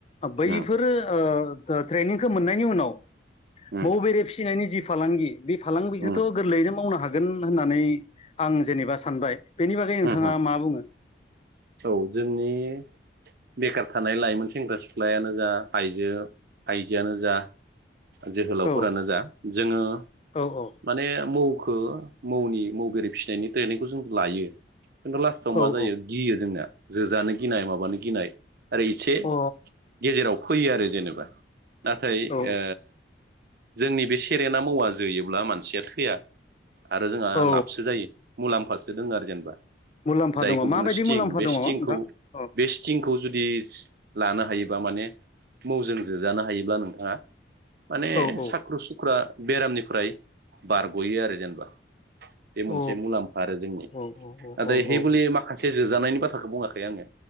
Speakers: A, on the left (about 35°); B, on the right (about 55°).
A: बैफोर
B: उम
A: ओ ट्रेनिंखो मोननायनि उनाव
B: उम
A: मौ बेरे फिसिनायनि जि फालांगि बे फालांगिखौथ'
B: उम
A: गोरलैनो मावनो हा हागोन होननानै आं जेनेबा सानबाय बेनि बागै नोंथाङा
B: उम
A: मा बुङो ।
B: औ जोंनि बेखार थानाय लाइमोन सेंग्रा सिख्लायानो जा आइजो आइजोआनो जा जोहोलावफोरानो
A: औ
B: जा जोङो
A: औ औ
B: माने मौ खो मौनि मौबेरे फिनायनि ट्रेनिंखौ जों लायो। खिन्थु लास्टाव मा
A: औ
B: जायो
A: औ
B: गियो जोंनिया जोजानो गिनाय माबानो गि गिनाय ओरै इचे
A: अ
B: गेजेराव फैयो आरो जेनेबा नाथाय
A: अ औ
B: ओ जोंनि बेसि खेरेना मौवा जोयोब्ला मानसिया थैया? आरो जोंहा
A: औ
B: लाबसो जायो मुलाम्फासो दङ आरो जेनेबा
A: मुलाम्फा
B: जायखौ
A: दङ माबायदि
B: बुङो स्टिं
A: मुलाम्फा
B: बे
A: दङ
B: स्टिंखौ
A: नोंथां औ
B: बे स्टिंखौ जुदि लानो हायोबा माने मौजों जोजानो हायोब्ला नोंथाङा माने
A: औ औ
B: साख्रु सुख्रा बेरामनिफ्राय बारग'यो आरो जेनेबा बे
A: अ
B: मोनसे मुलाम्फा आरो जोंनि।
A: अ अ
B: हेबुलि
A: अ
B: माखासे जों जानायनि बाथ्राखौ बुङाखै आङो